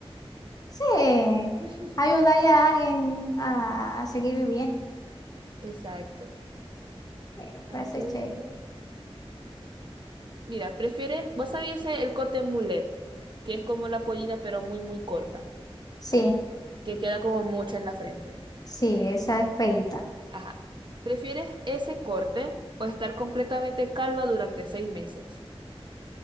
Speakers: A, on the left (about 35°); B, on the right (about 50°).
A: Sí.
B: <laughs>
A: Ayudar ya a alguien a, a seguir viviendo.
B: Exacto.
A: Sí, me parece
B: A ver.
A: chévere.
B: Mira, prefieres, vos sabías el corte en mulet, que es como la pollina, pero muy, muy corta,
A: Sí,
B: que queda como mocha en la frente.
A: sí, esa es feita.
B: Ajá. ¿Prefieres ese corte o estar completamente calva durante seis meses?